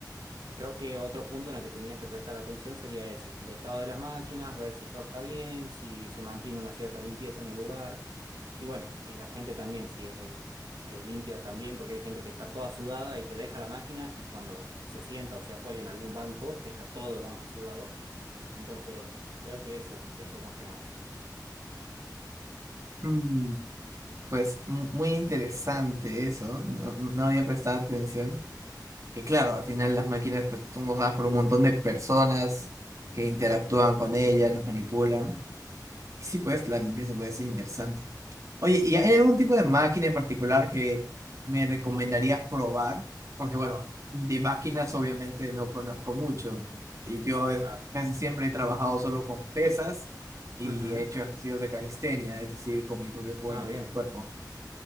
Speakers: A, on the right; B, on the right.
A: creo que otro punto en el que tendrías que prestar atención sería ese, el estado de las máquinas, ver si todo está bien, si se mantiene una cierta limpieza en el lugar. Y bueno, eh, la gente también, si es eh, eh, limpia también, porque hay gente que está toda sudada y te deja la máquina y cuando se sienta o se apoya en algún banco, deja todo el banco sudado. Entonces, creo que eso, eso más que nada.
B: mm, pues mu- muy interesante eso, no, no- no había prestado atención. Que claro, al final las máquinas pues son usadas por un montón de personas que interactúan con ellas, las manipulan. Y sí, pues la limpieza puede ser interesante. Oye, ¿y hay algún tipo de máquina en particular que me recomendarías probar? Porque bueno, de máquinas obviamente no conozco mucho y yo es-
A: Claro.
B: casi siempre he trabajado solo con pesas y
A: Ujú.
B: he hecho ejercicios de calistenia, es decir, con mi propio cuer-
A: Ah, bien.
B: cuerpo.